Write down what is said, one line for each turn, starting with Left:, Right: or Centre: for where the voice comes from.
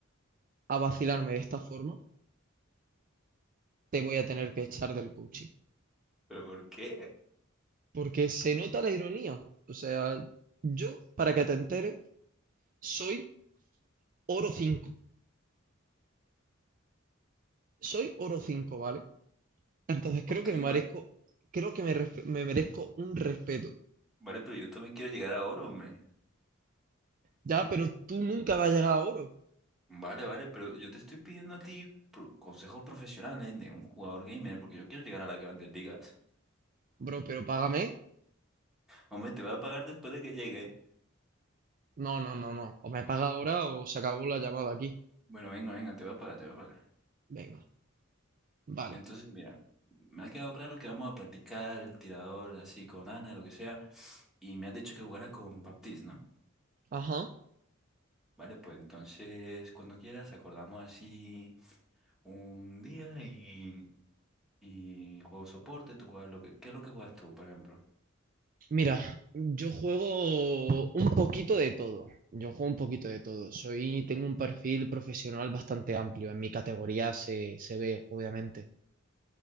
Right: a vacilarme de esta forma, te voy a tener que echar del coaching.
Centre: ¿Pero por qué?
Right: Porque se nota la ironía. O sea, yo, para que te enteres, soy oro cinco, Soy oro 5, ¿vale? Entonces creo
Centre: ¿Por
Right: que
Centre: qué?
Right: me merezco,
Centre: Va-
Right: creo que me, resp- me merezco un respeto.
Centre: Vale, pero yo también quiero llegar a oro, hombre.
Right: Ya, pero tú nunca vas a llegar a oro.
Centre: Vale, vale, pero yo te estoy pidiendo a ti pro- consejos profesionales de un jugador gamer porque yo quiero llegar a las grandes ligas.
Right: Bro, pero págame.
Centre: Hombre, te voy a pagar después de que llegue.
Right: No, no, no, no. O me paga ahora o se acabó la llamada aquí.
Centre: Bueno, venga, venga, te voy a pagar, te voy a pagar.
Right: Venga, vale.
Centre: Entonces, mira, me ha quedado claro que vamos a practicar el tirador así con Ana, lo que sea, y me has dicho que jugara con Baptiste, ¿no?
Right: Ajá.
Centre: Vale, pues entonces cuando quieras acordamos así un día y, y juego soporte, tú juegas lo que... ¿Qué es lo que juegas tú, por ejemplo?
Right: Mira, yo juego un poquito de todo. Yo juego un poquito de todo. Soy, tengo un perfil profesional bastante amplio. En mi categoría se, se ve, obviamente.